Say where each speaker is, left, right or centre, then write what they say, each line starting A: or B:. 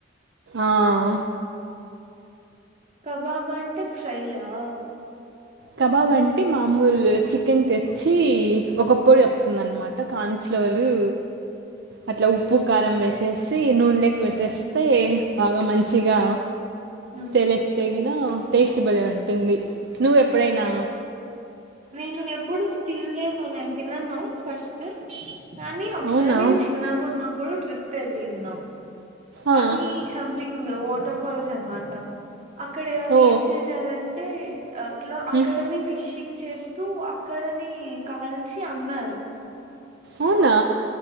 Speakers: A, on the right; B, on the right.
A: ఆహ్
B: కబాబ్ అంటే ఫ్రైయ్యా.
A: కబాబ్ అంటే మామూల చికెన్ తెచ్చీ, ఒక పొడి వస్తుందన్నమాట కాన్ ఫ్లోరూ అట్ల ఉప్పు కారం వేస్ వేసీ నూనె లోకి వేసేస్తే, బాగా మంచిగా
B: మ్.
A: తెలిస్తే గినా టేస్ట్ స్ట్ బలే ఉంటుంది. నువ్వు ఎప్ ప్పుడైనా
B: నేను ఎప్పుడు తిన్లేదు నేన్. తిన్నానోయి ఫస్ట్ కానీ ఒకసారి
A: అవునా
B: నేన్ చిన్నగా ఉన్నప్పుడు ట్రిప్ కెళ్ళి తిన్నా
A: ఆ,
B: అదీ సమ్థింగ్ వాట్ టర్ ఫాల్స్ అన్మాట. అక్కడ వాళ్ళు
A: ఓ
B: ఏం చేశారంటే, అట్లా అక్కడనే
A: ఉమ్,
B: ఫిషింగ్ చేస్తూ, అక్కడనే కాల్చి అమ్మారు.
A: అవునా
B: సో